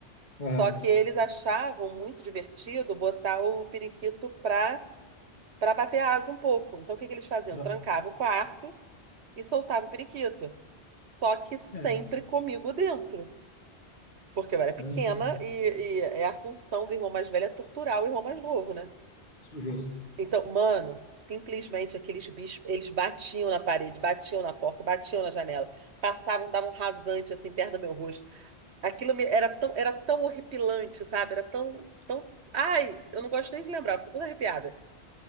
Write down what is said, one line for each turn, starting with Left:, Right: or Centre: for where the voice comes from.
Left: Aham.
Right: Só que eles achavam muito divertido botar o periquito pra, pra bater asa um pouco. Então o que que eles faziam?
Left: Pra-
Right: Trancava o quarto e soltava o periquito. Só que sempre
Left: É.
Right: comigo dentro. Porque eu era pequena
Left: Hum,
Right: e, e é a função do irmão mais velho é torturar o irmão mais novo, né?
Left: justo.
Right: Então, mano, simplesmente aqueles bichos, eles batiam na parede, batiam na porta, batiam na janela, passavam, davam um rasante assim perto do meu rosto. Aquilo me- era tão, era tão horripilante, sabe? Era tão, tão, ai, eu não gosto nem de lembrar, fico toda arrepiada.